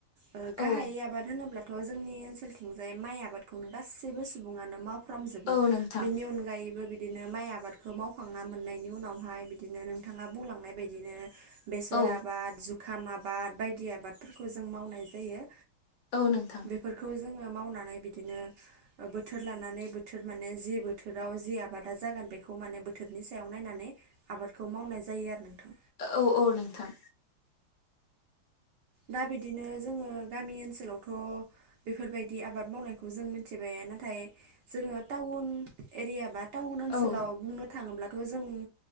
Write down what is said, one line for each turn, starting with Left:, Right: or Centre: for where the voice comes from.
Right: ओ गाहायै
Left: औ
Right: आबाद होनोब्ला थ' जोंनि ओनसोलथिंजाय माइ आबादखौनो गासैबो सुबुङानो मावो। खालामजोबो
Left: औ नोंथां
Right: बिनि अनगायैबो बि बिदिनो माइ आबादखौ मावखांना मोननायनि उनावहाय बिदिनो नोंथाङा बुंलांनाय बायदिनो बेसर
Left: औ
Right: आबाद जुखाम आबाद बायदि आबादफोरखौ जों मावनाय जायो।
Left: औ नोंथां।
Right: बेफोरखौ जोङो मावनानै बिदिनो बोथोर लानानै बोथोर माने जि बोथोराव जि आबादा जागोन बेखौ माने बोथोरनि सायाव नायनानै आबादखौ मावनाय जायो आरो नोंथां।
Left: औ औ नोंथां।
Right: दा बिदिनो जोङो गामि ओनसोलावथ' बेफोरबायदि आबाद मावनायखौ जों मिथिबाय नाथाय जोङो टाउन एरिया बा टाउन ओनसोलाव
Left: औ
Right: बुंनो थाङोब्ला खौ जों